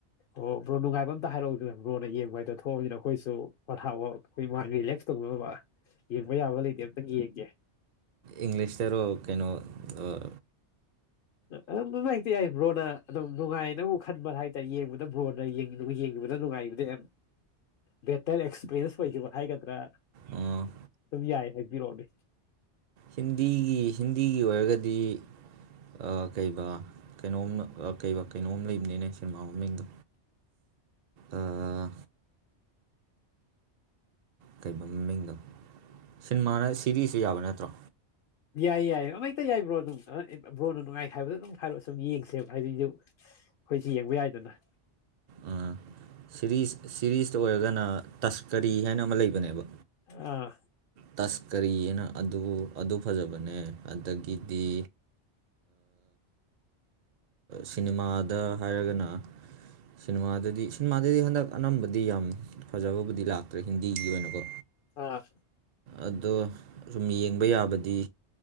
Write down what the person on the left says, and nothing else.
ꯑꯣ ꯕ꯭ꯔꯣ ꯅꯨꯡꯉꯥꯏꯕ ꯑꯝꯇ ꯍꯥꯏꯔꯛꯎꯗꯨꯅ ꯕ꯭ꯔꯣꯅ ꯌꯦꯡꯕ ꯍꯥꯏꯗꯣ ꯊꯣꯛꯑꯅꯤꯅ ꯑꯩꯈꯣꯏꯁꯨ ꯄꯣꯊꯥꯕ ꯑꯩꯈꯣꯏ ꯃꯥꯏꯟ ꯔꯤꯂꯦꯛꯁ ꯇꯧꯅꯕ ꯌꯦꯡꯕ ꯌꯥꯕ ꯂꯩꯇꯦ ꯑꯝꯇꯪ ꯌꯦꯡꯒꯦ
ꯑꯗꯨꯝ ꯑꯃ ꯍꯦꯛꯇ ꯌꯥꯢꯌꯦ ꯕ꯭ꯔꯣꯅ ꯑꯗꯨꯝ ꯅꯨꯡꯉꯥꯏꯅ ꯈꯟꯕ ꯍꯥꯏꯇꯥꯔꯦ ꯌꯦꯡꯕꯗ ꯕ꯭ꯔꯣꯟꯅ ꯌꯦꯡꯉꯕꯗ ꯅꯨꯡꯉꯥꯏꯕꯗꯨ ꯑ ꯕꯦꯇꯔ ꯑꯦꯛꯁꯄꯔꯤꯟꯁ ꯑꯣꯏꯈꯤꯕ ꯍꯥꯏꯒꯗ꯭ꯔꯥ
ꯑꯗꯨꯝ ꯌꯥꯏ ꯍꯥꯏꯕꯤꯔꯛꯑꯣꯅꯦ
ꯌꯥꯏꯌꯦ ꯌꯥꯏꯌꯦ ꯑꯃꯛꯇ ꯌꯥꯏꯕ꯭ꯔꯣ ꯑꯗꯨꯝ ꯕ꯭ꯔꯣꯅ ꯅꯨꯡꯉꯥꯏ ꯍꯥꯏꯕꯗꯣ ꯑꯗꯨꯝ ꯍꯥꯏꯔꯛꯑꯣ ꯁꯨꯝ ꯌꯦꯡꯁꯦꯕ ꯍꯥꯏꯗꯤ ꯑꯩꯈꯣꯏ ꯁꯤ ꯌꯦꯡꯕ ꯌꯥꯏꯗꯅ
ꯑꯥ
ꯑꯥ